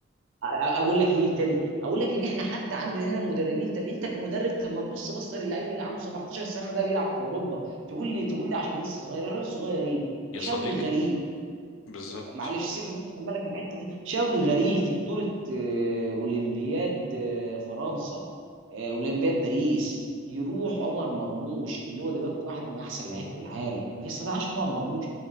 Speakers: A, on the right; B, on the left.
A: اقول لك مين تاني اقول لك ان احنا حتى عندنا هنا مدربين طب انت كمدرب طب ما تبص بص للعيب اللي عنده 17 سنه ده بيلعب في اوروبا تقول لي تقول لي عشان لسه صغير أنا صغير ايه
B: يا
A: شوي
B: صديقي
A: غريب
B: بالظبط
A: معلش سيب بس اكملك الحته دي شوقي غريب في بطوله آه، اولمبياد آه، فرنسا آه، اولمبياد باريس يروح عمر مرموش اللي هو دلوقتي واحد من احسن لعيبه العالم ما يستدعاش عمر مرموش